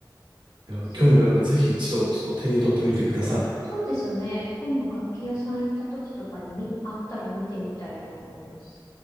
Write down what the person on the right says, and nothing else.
いや興味があればぜひ一度ちょっと手に取ってみてください。